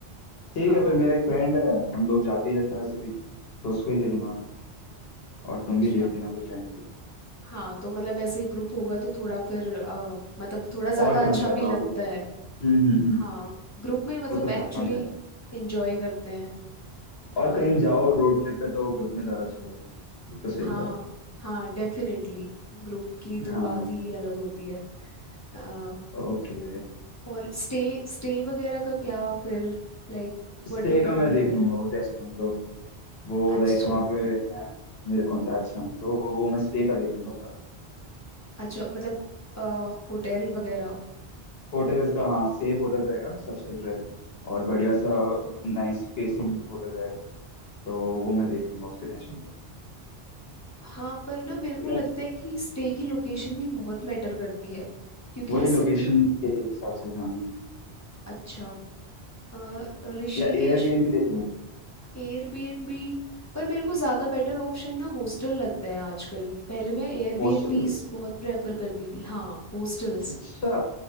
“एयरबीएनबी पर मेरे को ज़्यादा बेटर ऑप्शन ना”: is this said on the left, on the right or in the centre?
Left